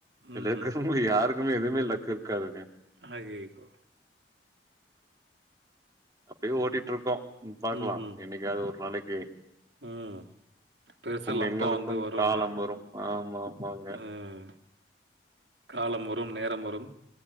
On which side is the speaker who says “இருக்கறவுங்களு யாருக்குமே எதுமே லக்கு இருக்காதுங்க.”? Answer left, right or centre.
Right